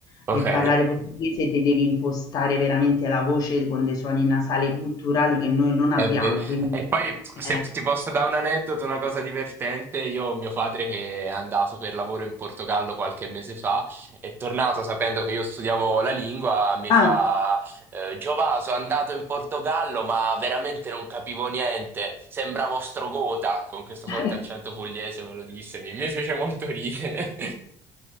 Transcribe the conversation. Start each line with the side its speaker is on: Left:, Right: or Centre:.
Right: ok.
Left: per parlare portoghese te devi impostare veramente la voce con dei suoni nasali culturali che noi non abbiamo,
Right: È ve-
Left: quindi
Right: E poi
Left: eh.
Right: se ti posso dare un aneddoto, una cosa divertente, io ho mio padre che è andato per lavoro in Portogallo qualche mese fa, è tornato sapendo che io studiavo la lingua, mi
Left: Ah,
Right: fa eh, Giova, sono andato in Portogallo ma veramente non capivo niente, sembravo Strogota, con questo forte
Left: <laughs>
Right: accento pugliese me lo disse, mi, mi fece molto ridere. <laughs>